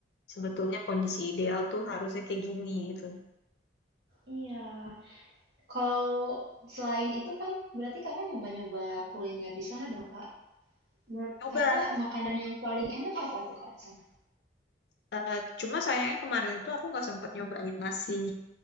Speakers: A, on the left; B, on the right.
A: sebetulnya kondisi ideal tuh harusnya kayak gini gitu.
B: Iya. Kalau selain itu kan berarti kakak nyoba-nyoba kuliner di sana dong, Kak. Menurut
A: Coba.
B: kakak makanan yang paling enak apa tuh, Kak, di sana?
A: Eh, cuma sayangnya kemarin itu aku nggak sempat nyobain nasi